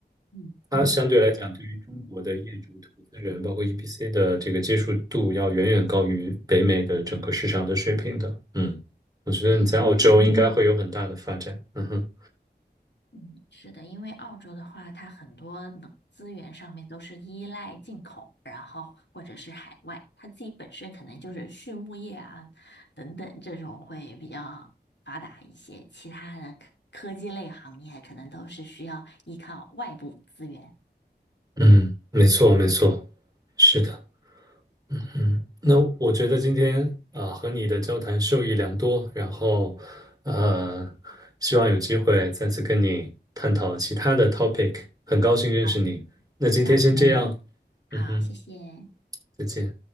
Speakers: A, on the left (about 80°); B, on the right (about 20°).
A: 嗯，
B: 它相对来讲，对于中国的业主、投资人，包括 EPC 的这个接受度，要远远高于北美的整个市场的水平的。嗯，我觉得你在澳洲应该会有很大的发展。
A: 对，因为
B: 嗯哼。
A: 嗯，是的，因为澳洲的话，它很多能资源上面都是依赖进口，然后或者是海外，它自己本身可能就是畜牧业啊等等这种会比较发达一些，其他的科科技类行业可能都是需要依靠外部资源。
B: 嗯，没错，没错，是的，嗯，那我觉得今天啊、和你的交谈受益良多，然后呃，希望有机会再次跟你探讨其他的 topic，很高兴认识你。
A: 好，
B: 那今天先这样，
A: 很高兴认识你好，
B: 嗯哼，
A: 谢谢。
B: 再见。